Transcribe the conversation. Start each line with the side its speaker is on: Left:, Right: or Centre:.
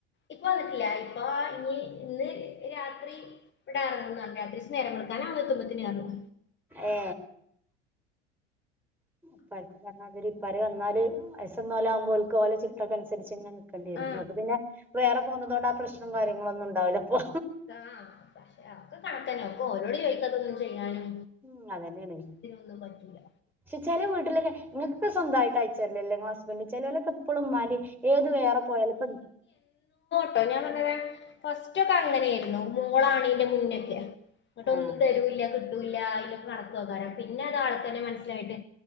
Left: ഇപ്പ വന്നിട്ടില്ല ഇപ്പ ഇനി ഇന്ന് രാത്രി ഇവിടെ ഇറങ്ങന്ന് രാത്രി സ്കാരം കൊടുക്കാനാവുമ്പത്തിന് എറങ്ങും
Centre: ഏ <unintelligible> പറഞ്ഞമാതിരി ഇപ്പര് വന്നാല് വയസ്ള്ളോലാകുമ്പോൽക്ക് ഓലെ ചിട്ടൊക്കെ അനുസരിച്ച് ക്കണ്ടിരു
Left: ആ
Centre: ങ്ങക്ക് പിന്നെ വേറെ പോന്നതോണ്ട് ആ പ്രശ്നം കാര്യങ്ങളൊന്നും ഉണ്ടാവില്ല പ്പൊ
Left: ആഹ് പക്ഷെ അതൊക്കെ കണക്കന്നെ ഒക്കെ ഓനോട് ചോ ക്കതൊന്നും ചെയ്യാനും
Centre: ഉം അതന്നെയാണ്
Left: ഇതിനൊന്നും പറ്റൂല
Centre: ക്ഷെ ചെല വീട്ടിലൊക്കെ ങ്ങക്ക് സ്വന്തായിട്ട് അയച്ചരലല്ലേ ങ്ങള ഹസ്ബൻഡ് ചേലോലൊക്കെ പ്പളും മ്മാൻ്റി ഏത് വേറെ പോയാല് പ
Left: ട്ടോ ഞാനങ്ങനെ ഫസ്റ്റൊക്കെ അങ്ങനെ ആയിരുന്നു മോളാണീന്റെ മുന്നൊയൊക്കെ ന്നട്ടൊന്നും
Centre: ആ
Left: തെരൂല്ല ല്ല അയ്ല് കണക്കു നോക്കാര പിന്നെ അതാളെ തന്നെ മനസ്സിലായിട്ട്